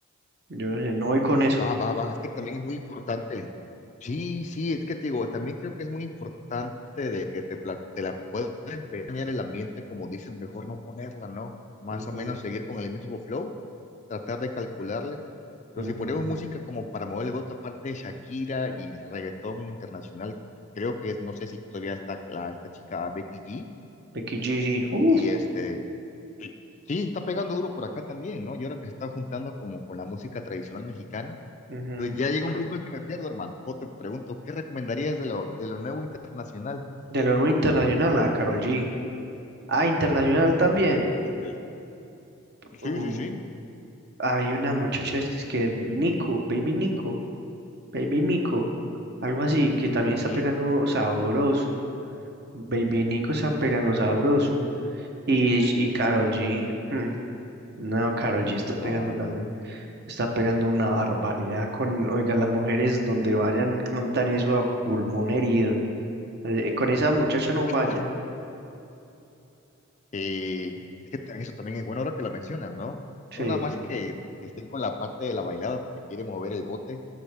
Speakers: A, on the right; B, on the left.
A: Yo no sé, no voy con eso.
B: va, va, va. Es que también es muy importante. Sí, sí, es que te digo, también creo que es muy importante de que te, pla- te la puedes empeñar el ambiente, como dices, mejor no ponerla, ¿no? Más
A: Ujú,
B: o menos seguir con el mismo flow, tratar de calcularle. Pero
A: ujú.
B: si ponemos música como para mover el voto, aparte de Shakira y el reggaetón internacional, creo que es, no sé si todavía está la, esta chica Becky G.
A: Becky G, sí. Uf.
B: Y este, Sí, sí está pegando duro por acá también, ¿no? Y ahora que se está juntando como con la música tradicional mexicana,
A: ujú.
B: entonces ya llega un punto en que me pierdo, hermano. Yo te pregunto, ¿qué recomendarías de lo, de lo nuevo internacional?
A: De lo no internacional a Carol G. Ah, internacional también.
B: De pl-
A: Uf,
B: Sí, sí, sí.
A: Hay una muchacha este, es que Nico, Baby Nico, Baby Mico, algo así, que también
B: Ujú.
A: está pegando uno sabroso. Baby Nico está pegando sabroso. Y, y Karol G. hmm, No, Karol G está pegando
B: Va,
A: también.
B: va.
A: Está pegando una barbaridad con, oiga, las mujeres donde vayan cantan eso a pulmón herido. Eh, Con esa muchacha no
B: <laughs>
A: falla.
B: Eh, es que ta- eso también es bueno ahora que lo mencionas, ¿no?
A: Sí.
B: No nada más que, que estén con la parte de la bailada porque quiere mover el bote,